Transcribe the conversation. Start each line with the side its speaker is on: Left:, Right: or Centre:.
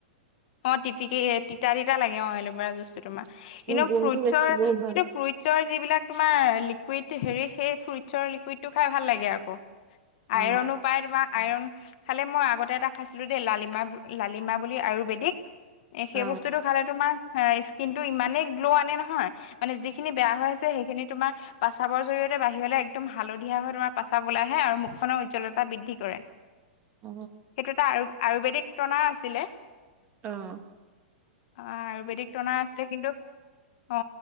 Left: অ তিটিকি এ তিতা তিতা লাগে অ এলবেৰা তোমাৰ কিন্তু
Right: গুণটো
Left: ফ্ৰুটৰ
Right: বেছি বহুত ভাল
Left: কিন্তু ফ্ৰুইটৰ যিবিলাক তোমাৰ লিকুইড হেৰি, সেই ফ্ৰুটছৰ লিকুইডটো খাই ভাল লাগে আকৌ।
Right: অ
Left: আইৰনো পাই তোমাৰ আইৰন, খালি মই আগতে এটা খাইছিলো দেই লালিমাহ, লালিমাহ বুলি আয়ুৰ বেদিক এ সেই
Right: অ
Left: বস্তুটো খালে তোমাৰ স্কিন টো ইমানেই গ্ল' আনে নহয়। মানে যিখিনি বেয়া হৈ আছে সেইখিনি তোমাৰ প্ৰস্ৰাৱৰ জৰিয়তে বাহিৰলৈ একদম হালধীয়া হৈ তোমাৰ প্ৰস্ৰাৱ ওলাই আহে, আৰু মুখনৰ উজ্জ্বলতা বৃদ্ধি কৰে।
Right: অ অ
Left: সেইটো এটা আয়ুৰ্বেদিক টনাৰ আছিলে।
Right: অহ'
Left: অ আয়ুৰ্বেদিক টনাৰ আছিলে কিন্তু অ